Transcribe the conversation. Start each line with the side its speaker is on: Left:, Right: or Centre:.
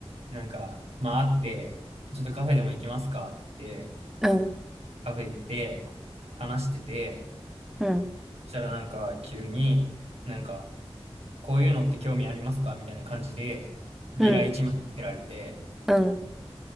Right: なんか、まああって、ちょっとカフェでも行きますかって言って、
Centre: うん、
Right: カフェ行って、話してて、
Centre: うん、
Right: そしたらなんか急に、なんか、こういうのって興味ありますかみたいな感じで、ビラ一枚見せられて、
Centre: うん、うん、